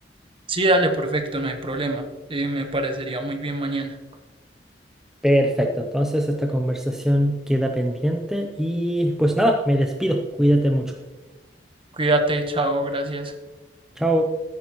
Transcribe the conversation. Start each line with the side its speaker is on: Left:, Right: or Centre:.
Right: Sí, dale, perfecto, no hay problema. Eh, me parecería muy bien mañana.
Centre: Perfecto, entonces esta conversación queda pendiente y pues nada, me despido. Cuídate mucho.
Right: Cuídate, chao, gracias.
Centre: Chao.